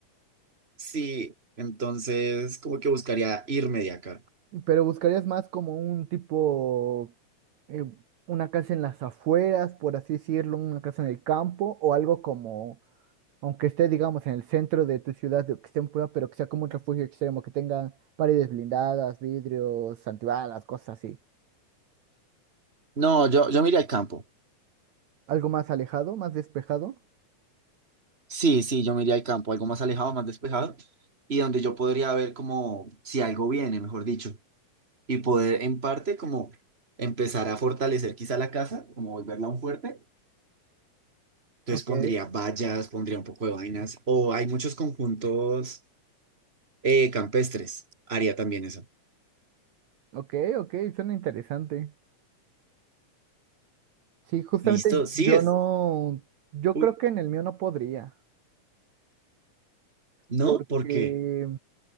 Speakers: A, on the right (about 20°); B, on the right (about 65°).
A: Sí, entonces como que buscaría irme de acá.
B: Pero buscarías más como un tipo, eh, una casa en las afueras, por así decirlo, una casa en el campo, o algo como, aunque esté, digamos, en el centro de tu ciudad, de- que esté en prueba, pero que sea como un refugio extremo, que tenga paredes blindadas, vidrios, antibalas, cosas así.
A: No, yo, yo me iría al campo.
B: Algo más alejado, más despejado.
A: Sí, sí, yo me iría al campo, algo más alejado, más despejado, y donde yo podría ver como si algo viene, mejor dicho, y poder en parte como empezar a fortalecer quizá la casa, como volverla un fuerte. Entonces
B: Ok,
A: pondría vallas, pondría un poco de vainas, o hay muchos conjuntos. Eh, campestres. Haría también eso.
B: ok, ok, suena interesante. Sí, justamente
A: ¿Listo? ¿Sigues?
B: yo no, yo
A: Uy,
B: creo que en el mío no podría,
A: ¿no?
B: porque
A: ¿Por qué?